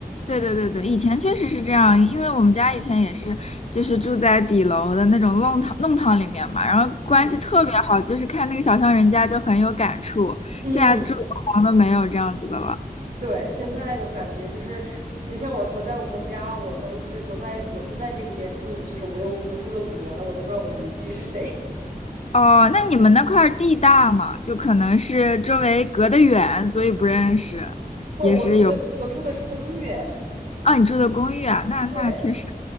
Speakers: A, on the left (about 45°); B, on the right (about 60°).
A: 对对对对，以前确实是这样，因为我们家以前也是，就是住在底楼的那种弄堂弄堂里面嘛，然后关系特别好，
B: 嗯
A: 就是看那个小巷人家就很有感触。
B: 嗯，
A: 现在住的房都没有这样子的了。
B: 对，现在的感觉就是，你像我，我在我家，我都是我在我现在这个边住的，就是我有我住了五年了，我都不知道我的邻居是谁。<laughs>
A: 哦，那你们那块儿地大嘛，就可能是周围隔得远，所以不认识，
B: 不，
A: 也是有。
B: 我住的我住的是公寓，哎
A: 啊，你住的公寓啊，那那确实，
B: 对。